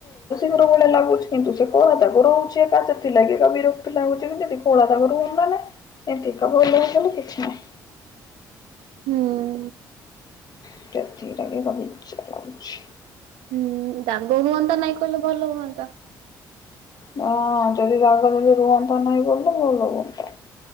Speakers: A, on the left; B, on the right.
A: <unintelligible> ଲାଗୁଛି କିନ୍ତୁ ସେ କଳା ଦାଗ ରହୁଛି ଏକା ସେଥିଲାଗି କା ବିରକ୍ତ ଲାଗୁଛି ଯଦି କଳାଦାଗ ରୁହନ୍ତାନି ଏ <unintelligible> କିଛି ନାହିଁ।
B: ହୁଁ।
A: ସେତିକିରେ ବି ବ ବିଜାର ଲାଗୁଚି।
B: ହୁଁ ଦାଗ ହୁଅନ୍ତା ନାଇଁ କହିଲେ ଭଲ ହୁଅନ୍ତା।
A: ହଁ ଯଦି ଦାଗ ଯଦି ରୁହନ୍ତା ନାହିଁ ବୋଇଲେ ଭଲ ହୁଅନ୍ତା।